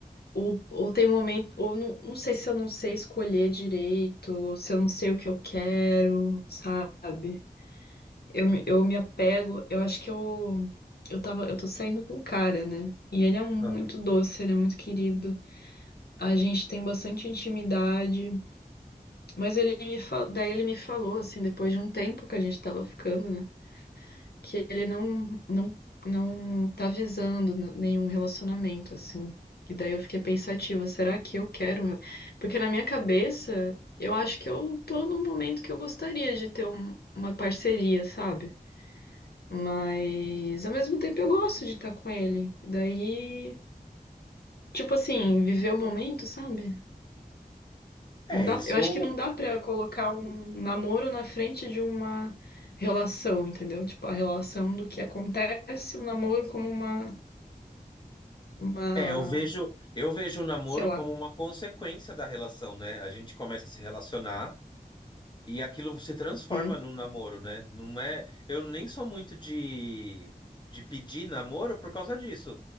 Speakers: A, on the left; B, on the left.
A: Ou, ou tem momento, ou não, não sei se eu não sei escolher direito, ou se eu não sei o que eu quero, sabe? Eu, me- eu me apego, eu acho que eu, eu tava, eu tô saindo com um cara, né? E ele é um- muito
B: Aham.
A: doce, ele é muito querido. A gente tem bastante intimidade, mas ele me, fa- daí ele me falou, assim, depois de um tempo que a gente tava ficando, né? que ele não não não tá visando n- nenhum relacionamento assim. E daí eu fiquei pensativa, será que eu quero? um- Porque na minha cabeça, eu acho que eu tô num momento que eu gostaria de ter um- uma parceria, sabe? Mas ao mesmo tempo eu gosto de estar com ele. Daí, tipo assim, viver o momento, sabe?
B: É,
A: Não dá,
B: isso,
A: eu acho que não dá pra colocar um namoro na frente de uma relação, entendeu? Tipo, a relação do que acontece, o namoro como uma uma,
B: é, eu vejo, eu vejo o namoro
A: sei lá.
B: como uma consequência da relação, né? A gente começa a se relacionar e aquilo se transforma
A: Uhum,
B: num namoro, né? Não é, eu nem sou muito de de pedir namoro por causa disso.